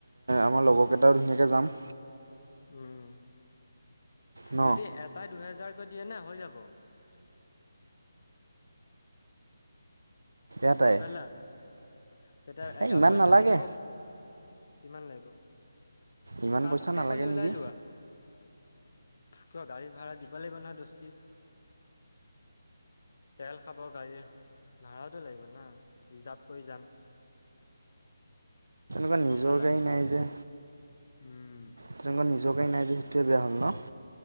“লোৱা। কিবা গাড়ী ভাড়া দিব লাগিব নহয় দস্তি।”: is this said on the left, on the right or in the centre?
Left